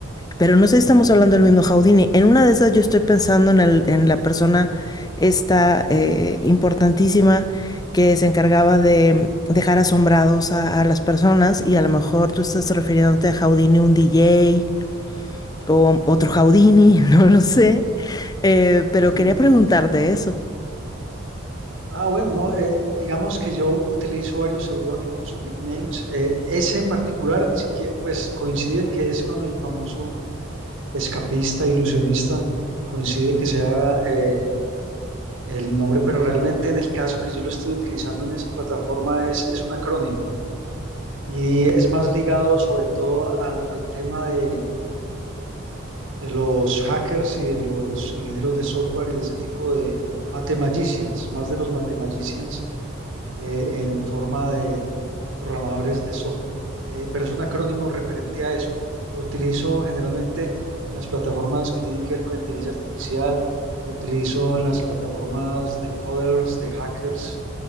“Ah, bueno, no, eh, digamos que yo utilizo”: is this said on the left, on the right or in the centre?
Right